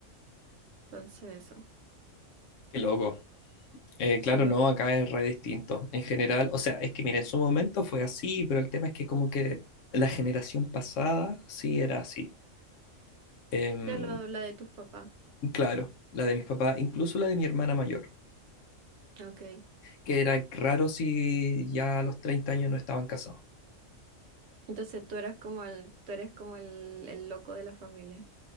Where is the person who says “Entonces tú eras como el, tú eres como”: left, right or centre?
Right